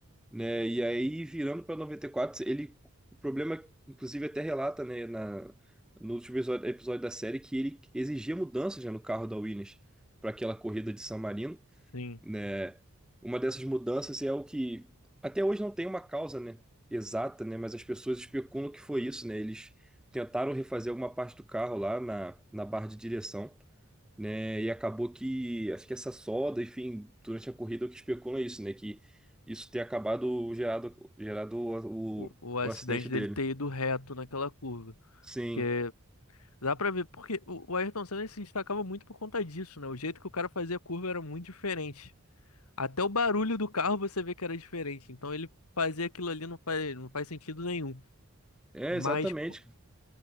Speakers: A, in the centre; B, on the left.
A: né? E aí virando para 94, ele o problema inclusive até relata, né, na no último episódio, episódio da série que ele exigia mudanças, né, no carro da Williams para aquela corrida de San Marino
B: Sim,
A: né? Uma dessas mudanças é o que até hoje não tem uma causa, né, exata, né, mas as pessoas especulam que foi isso, né? Eles tentaram refazer alguma parte do carro lá na, na barra de direção, né? E acabou que acho que essa solda, enfim, durante a corrida é o que especula é isso, né, que isso ter acabado gerado gerado o,
B: o,
A: o,
B: o acidente
A: o acidente dele.
B: dele ter ido reto naquela curva.
A: Sim.
B: Porque dá pra ver, porque o, o Ayrton Senna ele se destacava muito por conta disso, né? O jeito que o cara fazia a curva era muito diferente. Até o barulho do carro você vê que era diferente. Então ele fazer aquilo ali não faz, não faz sentido nenhum.
A: É,
B: Mas
A: exatamente,